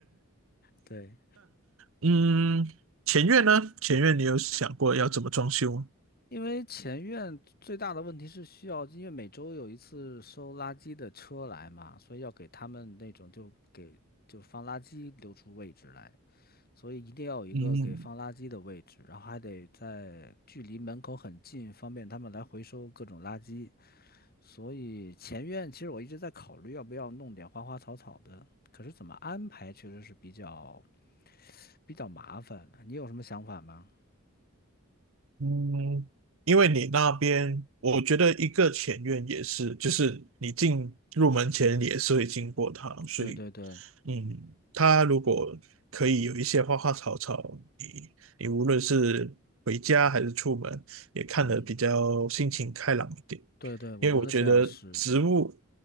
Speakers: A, on the left; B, on the right.
A: 对，
B: 嗯，前院呢？前院你有想过要怎么装修吗
A: 因为前院最大的问题是需要，因为每周有一次收垃圾的车来嘛，所以要给他们那种就给就放垃圾留出位置来。所以一定要有一个给放垃圾的位置，
B: 嗯
A: 然后还得在距离门口很近，方便他们来回收各种垃圾。所以前院其实我一直在考虑要不要弄点花花草草的，可是怎么安排确实是比较比较麻烦的你有什么想法吗？
B: 嗯，因为你那边，我觉得一个前院也是，就是你进入门前你也是会经过它，所以，
A: 对对对，
B: 嗯，它如果可以有一些花花草草，你你无论是回家还是出门，也看得比较心情开朗一点。
A: 嗯，对对，我觉得这样是。
B: 因为我觉得植物